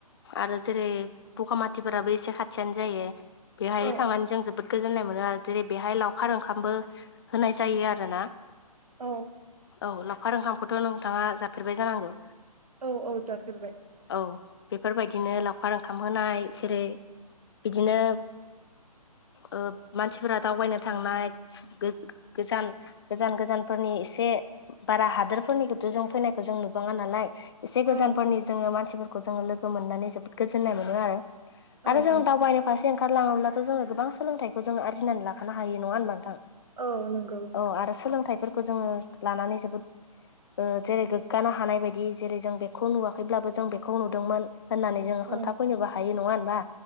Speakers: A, on the left (about 40°); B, on the right (about 70°).
A: आरो जेरै बगामाथिफोराबो एसे खाथियानो जायो। बेहाय
B: औ
A: थांनानै जों जोबोद गोजोननाय मोनो आरो जेरै बेहाय लावखार ओंखामबो होनाय जायो आरोना।
B: औ।
A: औ लावखार ओंखामखौथ' नोंथाङा जाफेरबाय जानांगौ।
B: औ औ जाफेरबाय।
A: औ बेफोरबायदिनो लावखार ओंखाम होनाय जेरै बिदिनो ओ मानसिफोरा दावबायनो थांनाय। गो-गोजान गोजान गोजानफोरनि एसे बारा हादोरफोरनिखौथ' जों फैनायखौ जों नुबाङा नालाय एसे गोजानफोरनि
B: औ औ
A: जोंङो मानसिफोरखौ जोंङो लोगो मोननानै जोबोद गोजोननाय मोनो आरो
B: औ
A: आरो जों
B: औ
A: दावबायनाय फारसे ओंखारलांङोब्लाथ' जोंङो गोबां सोलोंथाइखौ जोंङो आरजिनानै लाखानो हायो। नङा होनबा नोंथां?
B: औ नंगौ।
A: औ आरो सोलोंथाइफोरखौ जोंङो लानानै जोबोद ओ जेरै गोग्गानो हानाय बायदि जेरै जों बेखौ नुवाखैब्लाबो जों बेखौ नुदोंमोन होननानै जोंङो
B: औ
A: खोन्थाफैनोबो हायो नङा होनबा